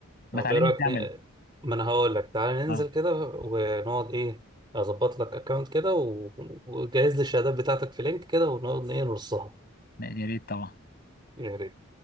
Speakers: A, on the left; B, on the right.
A: ما
B: طب
A: تعلمني
B: ايه رايك
A: ازاي اعمله
B: ن... ما انا هقول لك تعالى ننزل
A: اه
B: كده ونقعد ايه اظبط لك اكونت كده و- وجهز لي الشهادات بتاعتك في لينك كده ونقعد ايه نرصها
A: لا، يا ريت طبعا
B: يعني